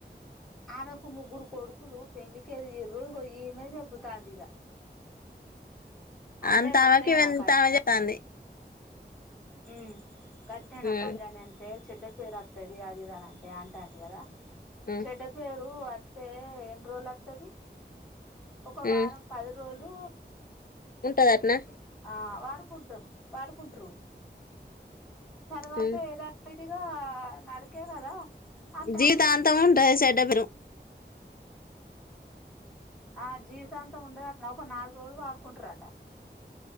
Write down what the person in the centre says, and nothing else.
ఆమెకు ముగ్గురు కొడుకులు పెండ్లికెదిగిర్రు ఇగో ఈమె చెపుతాంది ఇగ అంటే
గట్నేనా
ఉ గట్టేనా
కళ్యాణి అంతే చెడ్డ పేరు వత్తది అదిదాని అంటే అంటాంది కదా
ఇపుడు అత్తే ఎన్ని రోజులోత్తది ఒక వారం
పది రోజులు
ఆ వారు కుంట్రు వాడుకుంట్రు తర్వాత
యధావిధిగా నడకే కదా అంటాంది
ఆ జీవితాంతం ఉండదు అట ఒక నాలుగు రోజులు వాడుకుంటరట